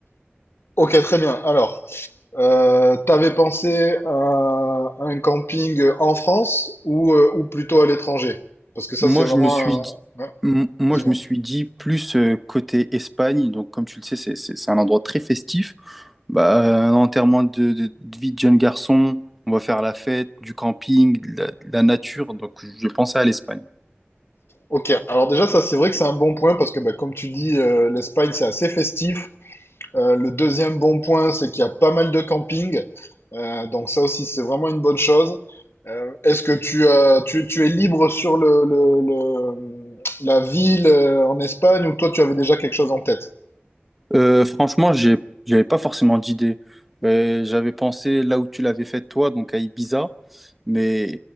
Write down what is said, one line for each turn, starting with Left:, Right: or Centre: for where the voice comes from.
Left: Ok, très bien. Alors, euh, t'avais pensé à un camping en France ou, euh, ou plutôt à l'étranger? Parce que ça,
Centre: Moi,
Left: c'est vraiment
Centre: je me suis
Left: un...
Centre: dit,
Left: ouais,
Centre: m- moi,
Left: dis-moi.
Centre: je me suis dit plus euh, côté Espagne. Donc, comme tu le sais, c'est c'est- c'est un endroit très festif. Bah, un enterrement de, de- de vie de jeune garçon, on va faire la fête, du camping, de la, de la nature. Donc, je pensais à l'Espagne.
Left: Ok, alors déjà, ça, c'est vrai que c'est un bon point parce que, bah, comme tu dis, euh, l'Espagne, c'est assez festif. Euh, le deuxième bon point, c'est qu'il y a pas mal de camping. Euh, donc ça aussi, c'est vraiment une bonne chose. Euh, est-ce que tu, as, tu, tu es libre sur le, le- le- la ville euh, en Espagne ou toi, tu avais déjà quelque chose en tête?
Centre: Euh, franchement, j'ai, j'avais pas forcément d'idée. Mais J'avais pensé là où tu l'avais fait toi, donc à Ibiza. Mais